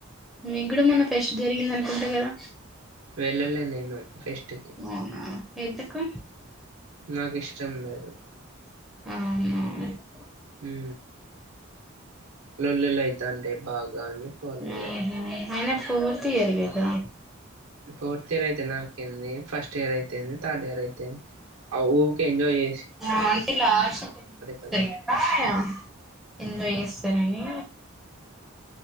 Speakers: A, in the centre; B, on the right.
A: మీకు గూడ మొన్న ఫెస్ట్ జరిగింది అనుకుంట గదా!
B: వెళ్ళలే నేను ఫెస్ట్ కి
A: అవునా ఎందుకు?
B: నాకు ఇష్టం లేదు.
A: అవునా
B: హ్మూ లొల్లిలు అయితాం టయి బాగ అని పోలెలే.
A: ఆహా అయినా ఫోర్త్ ఇయరే గదా
B: ఫోర్త్ ఇయర్ అయితే నాకేంది, ఫస్ట్ ఇయర్ అయితేంది, థర్డ్ ఇయర్ అయితేంది, ఆ ఊకే ఎంజాయ్ చే
A: ఆ అంటే లాస్ట్
B: కదా
A: టెన్ మినిట్స్ <inaudible> ఎంజాయ్ చేస్తరని